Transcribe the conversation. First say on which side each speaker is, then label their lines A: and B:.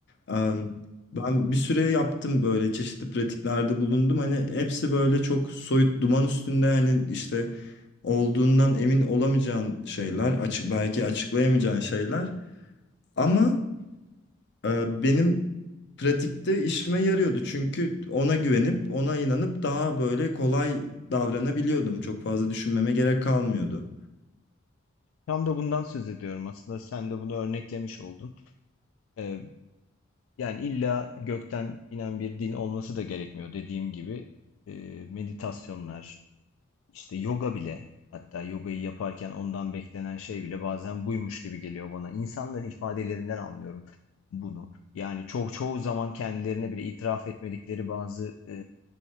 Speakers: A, on the left (about 60°); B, on the left (about 80°).
A: Em,
B: Hı.
A: Ben bir süre yaptım böyle çeşitli pratiklerde bulundum. Hani hepsi böyle çok soyut duman üstünde hani işte olduğundan emin olamayacağın şeyler, açık belki açıklayamayacağın şeyler. Ama e, benim pratikte işime yarıyordu. Çünkü ona güvenip, ona inanıp daha böyle kolay davranabiliyordum. Çok fazla düşünmeme gerek kalmıyordu.
B: Tam da bundan söz ediyorum aslında. Sen de bunu örneklemiş oldun. E, yani illa gökten inen bir din olması da gerekmiyor dediğim gibi. E, meditasyonlar, İşte yoga bile hatta yogayı yaparken ondan beklenen şey bile bazen buymuş gibi geliyor bana. İnsanların ifadelerinden anlıyorum bunu. Yani çok çoğu zaman kendilerine bile itiraf etmedikleri bazı e,